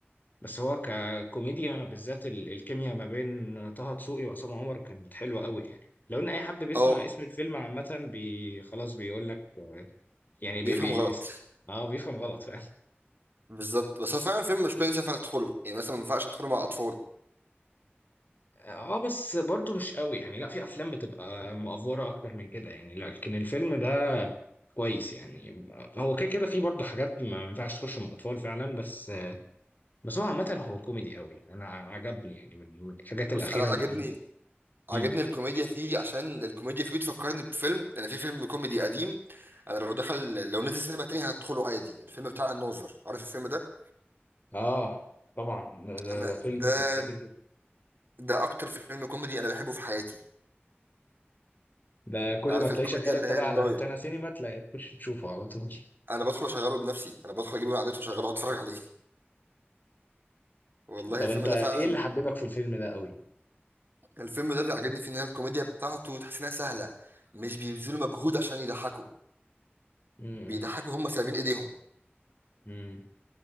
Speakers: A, on the left (about 45°); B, on the right (about 55°).
A: بس هو ككوميديا بالذات ال... الكيمياء ما بين طه دسوقي وعصام عمر كانت حلوه قوي يعني لو ان اي حد بيسمع
B: اه
A: اسم الفيلم عامه بي... خلاص بيقول لك يعني
B: بيفهم
A: بي... بي...
B: غلط
A: اه بيفهم غلط
B: بالظبط بس هو فعلا فيلم مش كويس ينفع تدخله يعني مثلا ما ينفعش ادخله مع اطفال
A: اه آه، بس برضو مش قوي يعني لا في افلام بتبقى مأفورة اكتر من كده يعني لكن الفيلم ده كويس يعني هو كده كده في برضو حاجات ما ينفعش تخش مع اطفال فعلا بس بس هو عامة هو كوميدي قوي يعني. انا عجبني يعني من من الحاجات
B: بص
A: الاخيرة
B: انا عجبني
A: اللي في-
B: عجبني
A: مم.
B: الكوميديا فيه عشان الكوميديا فيه بتفكرني بفيلم انا في فيلم كوميدي قديم انا لو دخل لو نزل سينما تاني هدخله عادي الفيلم بتاع الناظر عارف الفيلم ده
A: اه طبعا ده, ده
B: انا
A: ده فيلم
B: ده
A: جميل جدا
B: ده اكتر فيلم كوميدي انا بحبه في حياتي
A: ده كل
B: عارف
A: ما تلاقيه
B: الكوميديا
A: شغال
B: اللي
A: انت
B: هي
A: بقى
B: اللايت
A: على روتانا سينما تلاقي تخش تشوفه على طول
B: انا بدخل اشغله بنفسي انا بدخل اجيبه من على النت واشغله واتفرج عليه والله
A: طب
B: الفيلم
A: انت
B: ده
A: ايه
B: فعلا
A: اللي حببك في الفيلم ده قوي
B: كان الفيلم ده اللي عجبني فيه ان هي الكوميديا بتاعته تحس انها سهله مش بيبذلوا مجهود عشان يضحكوا
A: امم
B: بيضحكوا هم سايبين ايديهم
A: امم